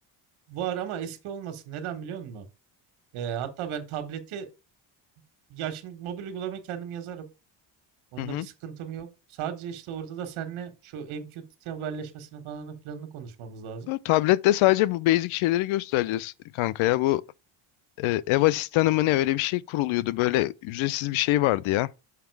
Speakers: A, on the right; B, on the left.
A: Var ama eski olmasın. Neden biliyor musun? Eee, hatta ben tableti ya şimdi mobil uygulamayı kendim yazarım. Onunla
B: Hı hı.
A: bir sıkıntım yok. Sadece işte orada da seninle şu MQTT haberleşmesini falan filanını konuşmamız lazım.
B: Bu Tablette sadece bu basic şeyleri göstereceğiz kanka ya. Bu e, ev asistanı mı ne öyle bir şey kuruluyordu. Böyle ücretsiz bir şey vardı ya.